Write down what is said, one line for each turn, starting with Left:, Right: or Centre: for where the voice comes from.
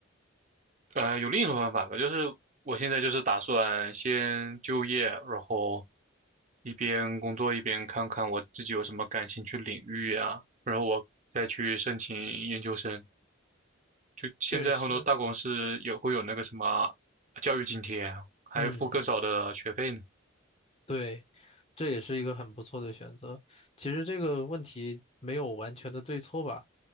Right: 呃，有另一种方法吧，就是我现在就是打算先就业，然后一边工作一边看看我自己有什么感兴趣领域啊，然后我再去申请研究生。就现在很多大公司也会有那个什么教育津贴，
Left: 确实，
Right: 还付更少的学费呢。
Left: 嗯。对，这也是一个很不错的选择。其实这个问题没有完全的对错吧，